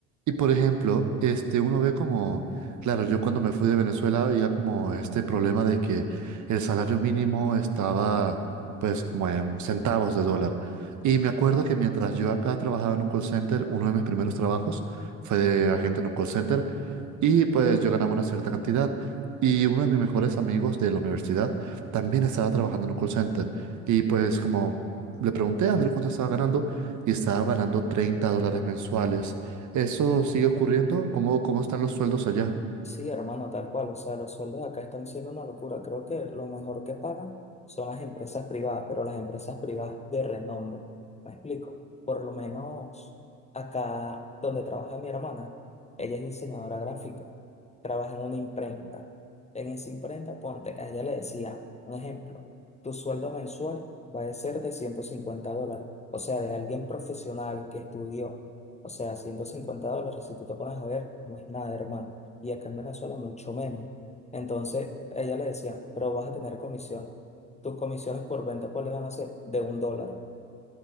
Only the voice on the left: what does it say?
Sí, hermano, tal cual. O sea, los sueldos acá están siendo una locura. Creo que lo mejor que pagan son las empresas privadas, pero las empresas privadas de renombre. ¿Me explico? Por lo menos acá donde trabaja mi hermana, ella es diseñadora gráfica, trabaja en una imprenta. En esa imprenta, ponte, a ella le decía, un ejemplo, tu sueldo mensual va a ser de 150 dólares. O sea, de alguien profesional que estudió. O sea, 150 dólares, si tú te pones a ver, no es nada, hermano y acá en Venezuela mucho menos. Entonces ella le decía, pero vas a tener comisiones. ¿Tus comisiones por venta cuáles van a ser? De un dólar.